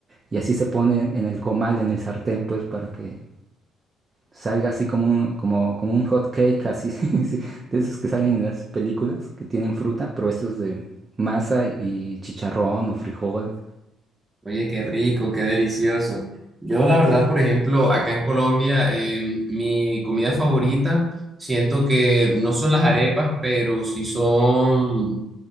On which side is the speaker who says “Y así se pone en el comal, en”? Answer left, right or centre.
Right